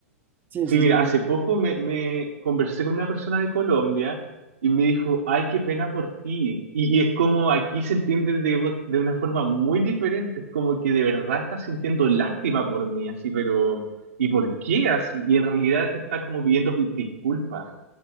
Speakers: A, on the right (about 20°); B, on the right (about 70°).
A: Sí, eso
B: Sí,
A: es
B: mira,
A: verdad.
B: hace poco me, me conversé con una persona de Colombia y me dijo, ay, qué pena por ti. Y, y es como aquí se entiende de, vo- de una forma muy diferente, es como que de verdad estás sintiendo lástima por mí, así, pero ¿y por qué así? Y en realidad te está como pidiendo pi- disculpas.